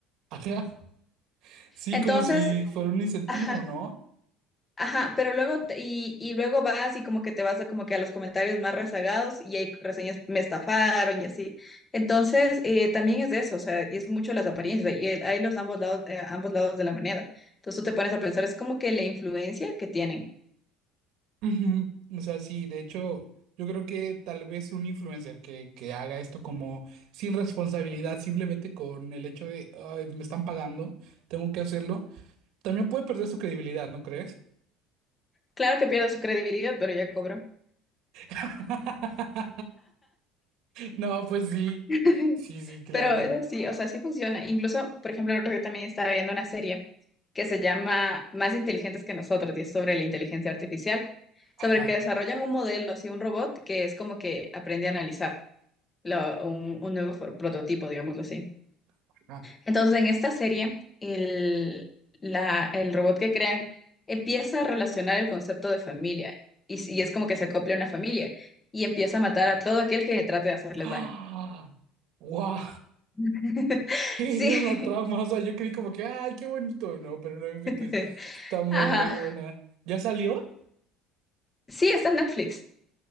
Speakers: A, on the right (about 60°); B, on the left (about 15°).
A: ajá. Sí,
B: Entonces,
A: como si fuera un incentivo,
B: ajá,
A: ¿no?
B: Ajá, pero luego, te- y, y luego vas y como que te vas a como que a los comentarios más rezagados y hay reseñas, me estafaron y así. Entonces, eh, también es de eso, o sea, y es mucho las apariencias, y el- hay los ambos lados, eh, ambos lados de la moneda. Entonces tú te pones a pensar, es como que la influencia que tienen.
A: Ujú. O sea, sí, de hecho, yo creo que tal vez un influencer que, que haga esto como sin responsabilidad, simplemente con el hecho de, "Ay, me están pagando, tengo que hacerlo, también puede perder su credibilidad, ¿no crees?
B: Claro que pierde su credibilidad, pero ya cobró.
A: <laughs> No, pues sí,
B: <laughs>
A: sí, sí, claro.
B: Pero es así, o sea, sí funciona. Incluso, por ejemplo, el otro día también estaba viendo una serie que se llama Más inteligentes que nosotros y es sobre la inteligencia artificial,
A: Ajá,
B: sobre que desarrollan un modelo, así un robot que es como que aprende a analizar lo- un, un nuevo for- prototipo, digámoslo así.
A: ajá.
B: Entonces, en esta serie, el, la, el robot que crean empieza a relacionar el concepto de familia y, s- y es como que se acopla a una familia y empieza a matar a todo aquel que trate de hacerles
A: ¡Ah!
B: daño.
A: ¡Guau!
B: <laughs>
A: ¿Qué
B: Sí,
A: era la trama? O sea, yo creí como que, ay, qué bonito. No, pero no me inventes.
B: <laughs>
A: Está muy,
B: Ajá.
A: muy buena. ¿Ya salió?
B: Sí, está en Netflix.